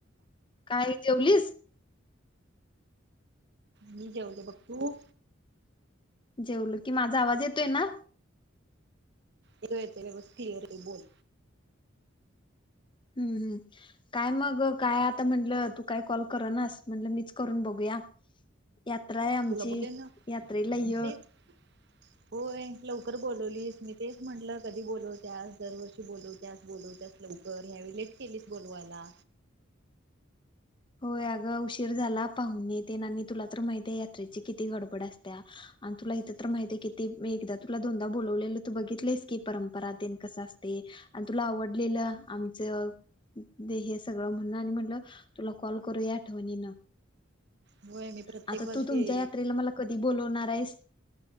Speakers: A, on the left; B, on the right.
A: काय जेवलीस?
B: मी जेवले बघ तू
A: जेवलो की माझा आवाज येतोय ना
B: तर व्यवस्थित आहे क्लियर आहे बोल
A: हम्म हम्म काय मग काय आता म्हंटण तू काय कॉल करनास म्हणलं मीच करून बघूया यात्रा आहे आमची
B: तुला बोलले ना
A: यात्रा ला य
B: तेच होय लवकर बोलवलीस मी तेच म्हटल कधी बोलवत्यात दरवर्षी बोलवत्यात बोलवत्यात लवकर ह्यावेळी लेट केलीस बोलवायला
A: होय अगं उशीर झाला पाहून तेन आणि तुला तर माहित आहे यात्रेची किती गडबड असतया आणि तुला इथं तर माहित आहे किती एकदा तुला दोनदा बोलवलेलं तू बघितलंस की परंपरा तेन कस असतय आणि तुला आवडलेलं आमचं हे सगळं म्हणण आणि म्हणलं तुला खू कॉल करूया आठवणींन
B: होय मी प्रत्येक
A: आता
B: वर्षी
A: तू तुमच्या यात्रेला मला कधी बोलवणार आहेस?